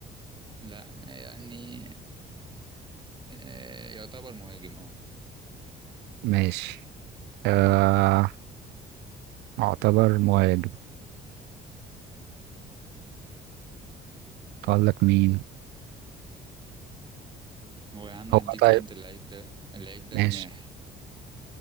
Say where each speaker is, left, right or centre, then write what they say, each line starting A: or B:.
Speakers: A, on the right; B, on the right.
A: لا يعني آه، يعتبر مهاجم اه
B: ماشي آه اعتبر مهاجم اقول لك مين
A: هو يا عم هديك
B: هو طيب
A: انت اللعيب ده اللعيب ده
B: ماشي
A: جناح